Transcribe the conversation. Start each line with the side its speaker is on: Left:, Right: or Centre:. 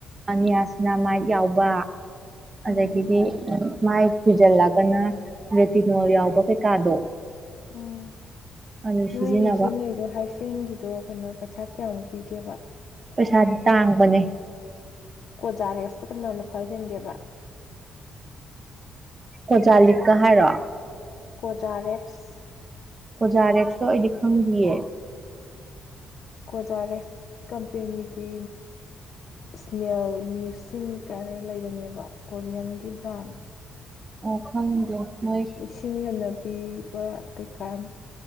Right: ꯑ ꯅꯤꯌꯥꯁꯅꯥ ꯃꯥꯏꯠ ꯌꯥꯎꯕ ꯑꯗꯒꯤꯗꯤ
Left: ꯎꯝ
Right: ꯃꯥꯏ ꯈꯨꯏꯖꯜꯂꯒꯅ ꯔꯦꯇꯤꯅꯣꯜ ꯌꯥꯎꯕ ꯀꯩꯀꯥꯗꯣ
Left: ꯎꯝ
Right: ꯑꯗꯨ
Left: ꯅꯣꯏꯒꯤ
Right: ꯁꯤꯖꯤꯟꯅꯕ
Left: ꯁꯤꯖꯤꯟꯅꯩꯗꯣ ꯍꯥꯏꯐꯦꯟꯒꯤꯗꯣ ꯀꯩꯅꯣ ꯄꯩꯁꯥ ꯀꯌꯥꯃꯨꯛ ꯄꯤꯒꯦꯕ
Right: ꯄꯩꯁꯥꯗꯤ ꯇꯥꯡꯕꯅꯦ
Left: ꯀꯣꯖꯥꯔꯦꯁꯇ ꯀꯅꯥ ꯈꯋ꯭ꯥꯏ ꯍꯦꯟꯒꯦꯕ
Right: ꯀꯣꯖꯥ ꯂꯤꯛꯀ ꯍꯥꯏꯔꯣ
Left: ꯀꯣꯖꯥꯔꯦꯛꯁ
Right: ꯀꯣꯖꯥꯔꯦꯛꯁ ꯇꯣ ꯑꯩꯗꯤ ꯈꯪꯗꯤꯌꯦ
Left: ꯀꯣꯖꯥꯔꯦꯛꯁ ꯀꯝꯄꯦꯅꯤꯒꯤ ꯏꯁꯅꯦꯜ ꯃ꯭ꯌꯨꯁꯤꯟ ꯀꯥꯏꯅ ꯂꯩꯕꯅꯦꯕ ꯀꯣꯔꯤꯌꯟꯒꯤ ꯕ꯭ꯔꯥꯟ
Right: ꯑꯣ ꯈꯪꯗꯦ ꯃꯣꯏ
Left: ꯂꯤꯁꯤꯡ ꯍꯦꯟꯅ ꯄꯤꯕ ꯀꯩꯀꯥ